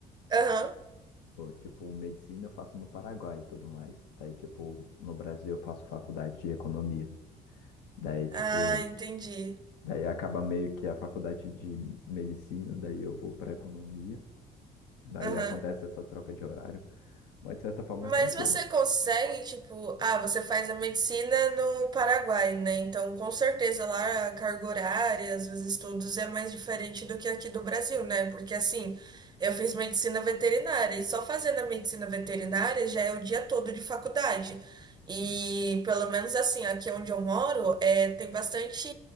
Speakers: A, on the right; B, on the left.
A: Aham.
B: Bom, tipo, medicina eu faço no Paraguai e tudo mais. Daí, tipo, no Brasil eu faço faculdade de economia. Daí, tipo,
A: Ah, entendi.
B: daí acaba meio que a faculdade de medicina, daí eu vou para economia. Daí
A: Aham.
B: acontece essa troca de horário, mas de certa forma
A: Mas
B: é tranquilo.
A: você consegue, tipo, ah, você faz a medicina no Paraguai, né? Então, com certeza lá a carga horária, os estudos é mais diferente do que aqui do Brasil, né? Porque assim, eu fiz medicina veterinária e só fazendo a medicina veterinária já é o dia todo de faculdade. E
B: Hum,
A: pelo menos assim, aqui onde eu moro, é, tem bastante